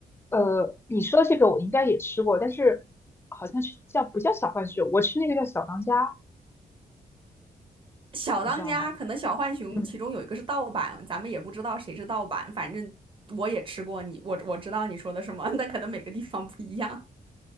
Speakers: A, on the left; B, on the right.
A: 呃，你说这个我应该也吃过，但是好像是叫不叫小浣熊，我吃那个叫小当家，
B: 小当家可能小浣熊其中有一个是盗版，
A: 你知道吗？嗯。
B: 咱们也不知道谁是盗版，反正我也吃过你，我我知道你说的什么，但可能每个地方不一样。